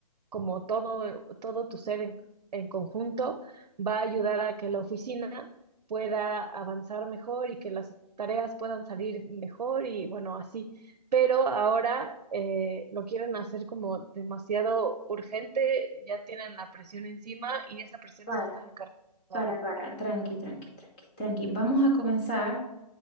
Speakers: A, on the right; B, on the left.
A: como todo, todo tu ser en, en conjunto, va a ayudar a que la oficina pueda avanzar mejor y que las tareas puedan salir mejor y bueno, así. Pero ahora eh, lo quieren hacer como demasiado urgente, ya tienen la presión encima y esa presión
B: para,
A: me la están encargando a
B: Para,
A: mí,
B: para, tranqui, tranqui, tranqui, tranqui. Vamos a comenzar.